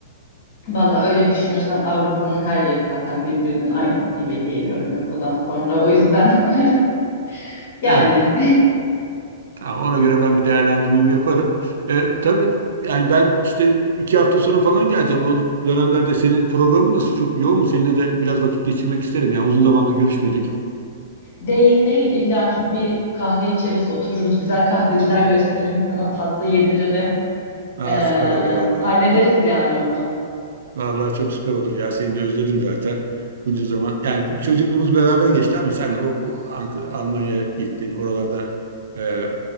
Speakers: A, on the left; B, on the right.
A: Valla öyle düşünürsen Avrupa'nın her yeri zaten birbirinin aynısı gibi geliyor bir noktadan sonra. O yüzden <laughs> yani
B: Evet, tamam. Ona göre ben bir değerlendirmemi yaparım. Ee, tabii yani ben işte iki hafta sonra falan geleceğim. O dönemlerde senin programın nasıl çok yoğun mu? Seninle de biraz vakit geçirmek isterim. Yani uzun zamandır görüşmedik.
A: <laughs> değil değil illaki bir kahve içeriz otururuz güzel kahveciler gösteririm sana tatlı yediririm.
B: Aa,
A: Ee,
B: süper olur vallahi.
A: hallederiz yani onu.
B: Vallahi çok süper olur ya. Seni de özledim zaten. Bunca zaman. Yani çocukluğumuz beraber geçti ama sen de o bu Ank- Almanya'ya gittin. Oralarda e, e,